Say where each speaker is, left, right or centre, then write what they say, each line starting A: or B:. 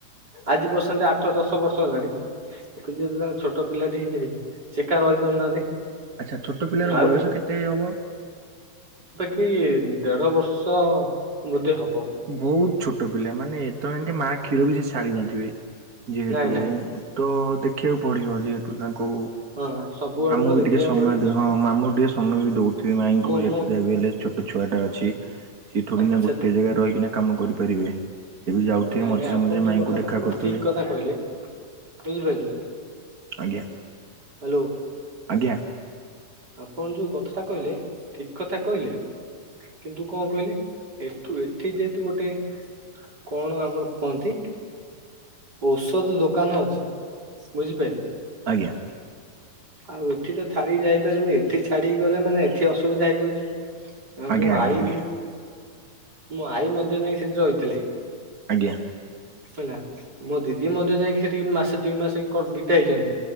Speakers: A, on the right; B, on the right.
A: ଆଜି ବର୍ସନ୍ତ ଆଠ ଦଶ ବର୍ଷ ହେଲାଣି ଏ ଯଦି ତାଙ୍କ ଛୋଟ ପିଲା ଟି ହେଇ, ଏକା ରହିପାରୁନାହାନ୍ତି।
B: ଆଚ୍ଛା ଛୋଟ ପିଲାର
A: ଆଉ
B: ବୟସ
A: ବି
B: କେତେ ହବ?
A: କି ଦେଢ ବର୍ଷ ବୋଧେ ହବ।
B: ବହୁତ ଛୋଟ ପିଲା ମାନେ ଏତେବେଳେ ଯଙ୍କେ ମାଆ କ୍ଷୀର ବି ସେ ଛାଡି ନଥିବେ। ଯେହେତୁ
A: ନାଇଁ ନାଇଁ
B: ତ ଦେଖିବାକୁ ପଡ଼ିବ ଯେହେତୁ ତାଙ୍କୁ
A: ହଁ ସବୁ ଆଡୁକୁ
B: ମାମୁଁ ବି
A: ଦେଖିବାକୁ
B: ଟିକେ ସମୟ
A: ପଡିବ
B: ହଁ ମାମୁଁ ଟିକେ ସମୟ ବି ଦଉଥିବେ ମାଇଁଙ୍କୁ।
A: ମୁଁ
B: ଯେତେ
A: ମୁଁ
B: ଯାହାବି ହେଲେ ଛୋଟ ଛୁଆ ଟା। ଛି ସେଥୋଡ଼ିନା
A: ହଁ ସେ
B: ଗୋଟେ ଜାଗାରେ ରହିକିନା କାମ କରିପାରିବେ। ସେ ବି ଯାଉଥିବେ
A: ନାଇଁ
B: ମଝିରେ
A: ନାଇଁ ଆପଣ
B: ମଝିରେ
A: ଯୋଉ
B: ମାଇଁଙ୍କୁ
A: କଥାଟା
B: ଦେଖା
A: କହିଲେ
B: କରୁଥିବେ
A: ଠିକ କଥା କହିଲେ ବୁଝିପାରିଲେ
B: ଆଜ୍ଞା,
A: ହ୍ୟାଲୋ
B: ଆଜ୍ଞା
A: ଆପଣ ଯୋଉ କଥା ଟା କହିଲେ ଠିକ କଥା କହିଲେ? କିନ୍ତୁ କଣ କହିଲେ ଏଠୁ ଏଠି ଯେହେତୁ ଗୋଟେ କଣ ଆମର କୁହନ୍ତି? ଔଷଧ ଦୋକାନ ଅଛି ବୁଝିପାରିଲେ
B: ଆଜ୍ଞା
A: ଆଉ ଏଠି ତ ଛାଡିିକି ଯାଇପାରିବନି ଏଠି ଛାଡିିକି ଗଲେ ମାନେ ଏଠି ଅସୁବିଧା ହେଇଯାଉଛି।
B: ଆଜ୍ଞା
A: ମୁଁ
B: ଆଜ୍ଞା
A: ଆଈ
B: ବୁଝି
A: ମୋ ଆଈ ମଧ୍ୟ ଯାଇ ସେଠି ରହିଥିଲେ
B: ଆଜ୍ଞା
A: ହେଲା ମୋ ଦିଦି ମଧ୍ୟ ଯାଇକି ସେଠିକି ମାସେ ଦୁଇ ମାସ ବିତା ଇଛନ୍ତି